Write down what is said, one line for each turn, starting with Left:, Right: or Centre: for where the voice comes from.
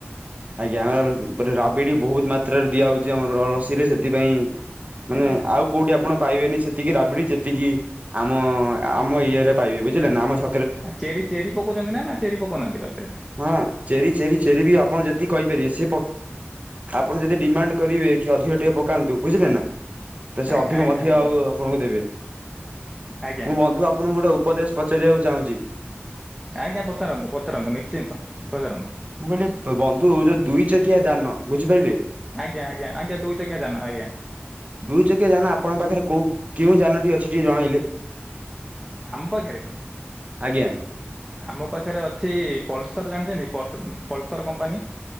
Right: ଆଜ୍ଞା ଆମର ରାବିଡି ବହୁତ ମାତ୍ରାରେ ଦିଆ ହଉଛି ଆମର ସେଥିପାଇଁ ମାନେ
Centre: ଆଜ୍ଞା।
Right: ଆଉ କୋଉଠି ଆପଣ ପାଇବେନି ସେ ତିକି ରାବିଡି ଯେତିକି ଆମ ଆମ ଇଏରେ ପାଇବେ ବୁଝିଲେ ନା ଆମ ସ
Centre: ଆଉ ଚେରି ଚେରି ପକଉଛନ୍ତି ନା ନା ଚେରି ପକଉନାହାନ୍ତି ତ ସେ
Right: ହଁ ଚେରି ଚେରି ଚେରି ବି ଆପଣ ଯେତିକି କହିପାରିବେ ସେ ଆପଣ ଯଦି ଡିମାଣ୍ଡ କରିବେ କି ଅଧିକ ଟିକେ ପକାନ୍ତୁ ବୁଝିଲେ ନା ତ
Centre: ଆଜ୍ଞା
Right: ସେ ଅଧିକ
Centre: ଆଜ୍ଞା
Right: ମଧ୍ୟ
Centre: ଆଜ୍ଞା
Right: ଆଉ ଆପଣଙ୍କୁ ଦେବେ।
Centre: ଆଜ୍ଞା।
Right: ମୁଁ ବନ୍ଧୁ ଆପଣଙ୍କୁ ଗୋଟେ ଉପଦେଶ ପଚାରିବାକୁ ଚାହୁଁଛି।
Centre: ଆଜ୍ଞା ପଚାରନ୍ତୁ ପଚାରନ୍ତୁ ନିଶ୍ଚିନ୍ତ ପଚାରନ୍ତୁ।
Right: ମୁଁ କହିଲି ବନ୍ଧୁ ଯୋଉ ଦୁଇ ଚକିଆ ଯାନ ବୁଝିପାରିଲେ।
Centre: ଆଜ୍ଞା ଆଜ୍ଞା ଆଜ୍ଞା ଦୁଇ ଚକିଆ ଯାନ ଆଜ୍ଞା।
Right: ଦୁଇଚକିଆ ଯାନ ଆପଣଙ୍କ ପାଖରେ କୋଉ କେଉଁ ଯାନଟି ଅଛି ଟିକେ ଜଣାଇଲେ।
Centre: ଆମ ପାଖରେ
Right: ଆଜ୍ଞା।
Centre: ଆମ ପାଖରେ ଅଛି ପଲସର ଜାଣିଛନ୍ତି ପଲସର କମ୍ପାନୀ।